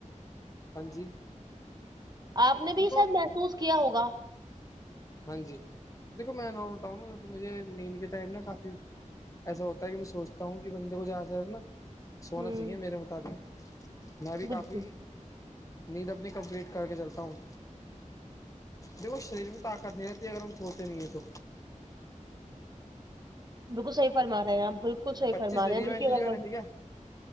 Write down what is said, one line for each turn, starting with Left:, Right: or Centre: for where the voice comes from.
Left: ہاں جی <unintelligible>
Right: آپ نے بھی
Left: دیکھو
Right: شاید محسوس کیا ہوگا
Left: ہاں جی دیکھو میں جب وہاں ہوتا ہوں نا مجھے نیند کے ٹائم نا کافی ایسا ہوتا ہے کہ میں سوچتا ہوں کہ بندے کو زیادہ س زیادہ نہ سونا
Right: ہوں
Left: چاہیے میرے مطابق میں بھی کافی
Right: بالکل
Left: نیند اپنی کمپلیٹ کر کے چلتا ہوں دیکھو شریر میں نہیںرے اگر ہم سوتے نہیںے تو
Right: بالکل صحی فرما رہے ہیں آپ بالکل صحی
Left: پچیس
Right: فرما
Left: دے
Right: رہے
Left: دیے
Right: ہیں دیکھیے
Left: میں
Right: اگر
Left: جی میں نے ٹھیک ہے